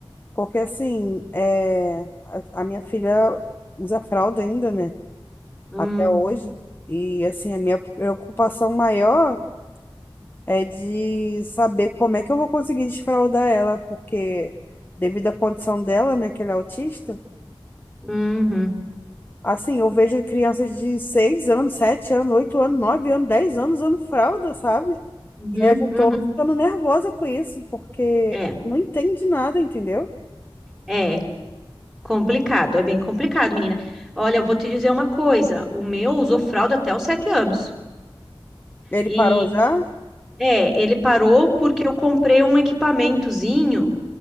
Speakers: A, on the left (about 20°); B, in the centre.
A: Porque assim, é, a, a minha filha usa fralda ainda, né?
B: Hum,
A: Até hoje. E assim, a minha preocupação maior. é de saber como é que eu vou conseguir desfraldar ela, porque devido à condição dela, né, que ela é autista,
B: uhum,
A: assim, eu vejo crianças de 6 anos, 7 anos, 8 anos, 9 anos, 10 anos usando fralda, sabe?
B: uhum,
A: E aí eu já
B: uhum.
A: tô ficando nervosa com isso, porque
B: É,
A: não entende nada, entendeu?
B: é é complicado, é bem complicado, menina. Olha, eu vou te dizer uma coisa, o meu usou fralda até os sete anos.
A: Ele
B: E,
A: parou já?
B: é, ele parou porque eu comprei um equipamentozinho